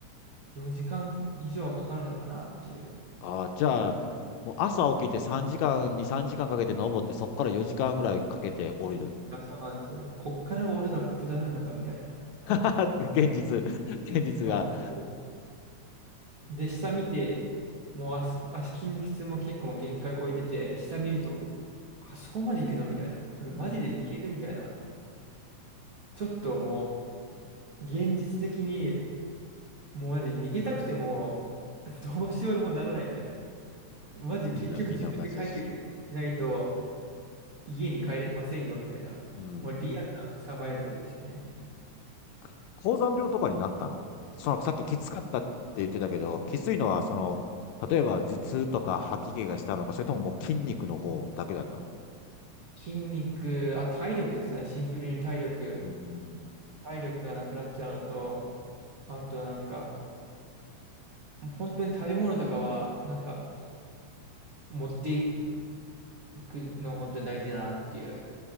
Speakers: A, on the right; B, on the left.
A: 4時間以上はかかるのかなっていう。
B: ああ、じゃあ、もう朝起きて3時間、2、3時間かんかけて登って、そこから4時間ぐらいかけて降りる。
A: あ、そうなんですよ。こっから俺ら下るのかみたいな。
B: <laughs> 現実、現実が。
A: 本当にで、下見て、もう足、足筋肉痛も結構もう限界超えてて、下見ると、
B: うん、
A: あそこまで行くのみたいな。これマジでいけるみたいな。
B: うん、
A: ちょっともう、現実的に、もうマジ逃げたくても、どうしようもならないみたいな。マジ結局自分で解決しないと、
B: みんな、みんな同じだし。
A: 家に帰れませんよみたいな。
B: うん、
A: もうリアルなサバイバルですよね。
B: うん高山病とかになったのその、さっききつかったって言ってたけど、きついのは、その、例えば頭痛とか吐き気がしたのか、それとももう筋肉の方だけだったの
A: 筋肉、あ、体力ですかね。シンプルに体力。
B: うん。
A: 体力がなくなっちゃうのと、あとなんか、もう本当に食べ物とかは、なんか、持っていくの本当に大事だなっていう。